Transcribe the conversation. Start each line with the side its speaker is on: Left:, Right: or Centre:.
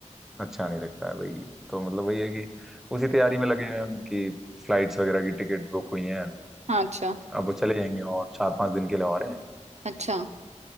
Centre: अच्छा नहीं लगता है वही तो मतलब वही है कि उसी तैयारी में लगे हुए हैं उनकी फ्लाइट्स वगैरह की टिकट्स बुक हुई हैं
Right: हाँ अच्छा
Centre: अब वो चले जाएंगे और चार पांच दिन के लिए और हैं
Right: अच्छा